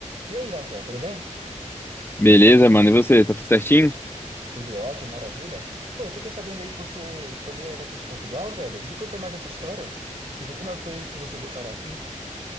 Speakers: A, on the right; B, on the left.
A: E aí, Rafael, tudo bem?
B: Beleza, mano? E você? Tá tudo certinho?
A: Tudo ótimo, maravilha? Pô, fiquei sabendo aí que você também é daqui de Portugal, velho. Me conta mais essa história. Tipo, como é foi que você veio parar aqui?